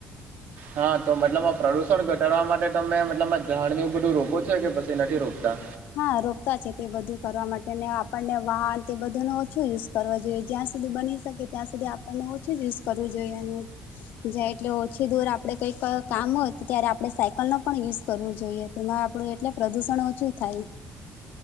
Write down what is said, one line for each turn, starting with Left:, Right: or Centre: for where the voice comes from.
Right: હા તો મતલબ આ પ્રદૂષણ ઘટાડવા માટે તમે મતલબમાં ઝાડનું બધું રોપો છો કે પછી નથી રોપતા?
Left: હા રોકતા છે તે બધું કરવા માટે ને આપણને વાહન તે બધું નો ઓછો યુઝ કરવા જોઈએ જ્યાં સુધી બની શકે ત્યાં સુધી આપણને ઓછું જ યુઝ કરવું જોઈએ અને જાય એટલે ઓછી દૂર આપડે કઈક કામ હોત ત્યારે આપણે સાયકલ નો પણ યુઝ કરવો જોઈએ. તેમાં આપણું એટલે પ્રદુષણ ઓછું થાય.